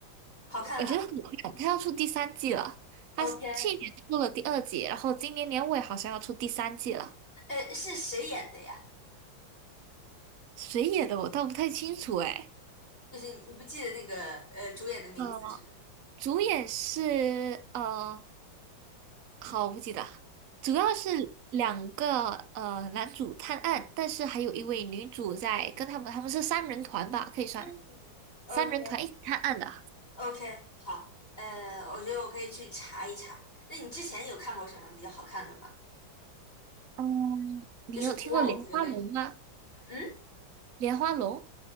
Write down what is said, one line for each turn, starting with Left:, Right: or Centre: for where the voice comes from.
Left: 好看哈。
Right: 我觉得很快，它要出第三季了。它是去年出了第二季，
Left: OK，
Right: 然后今年年尾好像要出第三季了。
Left: 呃，是谁演的呀？
Right: 谁演的我倒不太清楚哎。
Left: 就是你不记得那个呃主演的名字是吧？
Right: 呃，主演是呃。好，不记得，主要是两个呃男主探案，但是还有一位女主在跟他们，他们是三人团吧，可以算
Left: 嗯 OK
Right: 三人团一起探案的。
Left: OK，好，呃，我觉得我可以去查一查。那你之前有看过什么比较好看的吗？
Right: 嗯，你有听过莲花楼吗？
Left: 就是古偶这个类型的。嗯，
Right: 莲花楼